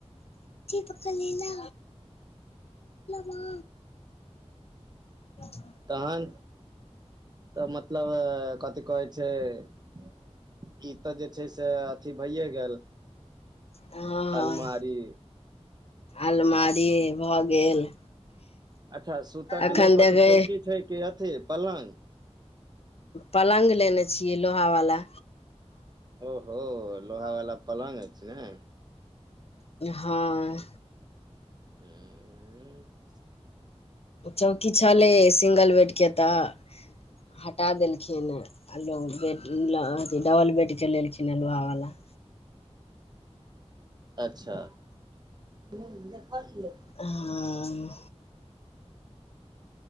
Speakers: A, on the left; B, on the right.
A: पके लना पा <unintelligible>
B: तखन तऽ मतलब कथि कहै छै। ई तऽ जे छै से अथि भइए गेल
A: हँ,
B: अलमारी
A: अलमारी भऽ गेल।
B: अच्छा सुत के
A: एखन
B: लेल कथी
A: देखे
B: चौकी छै कऽ अथि पालांग
A: पकंग लेने छियै लोहावला।
B: ओहो लोहा वाला पलगं अछि ने
A: हँ।
B: ह।
A: चौकि छलै सिंगल बेडके तऽ हटा देलखिन आो बेड अथि डबल बेड चलेलखिन हँ लोहावला
B: अच्छा, ह देखलै
A: हँ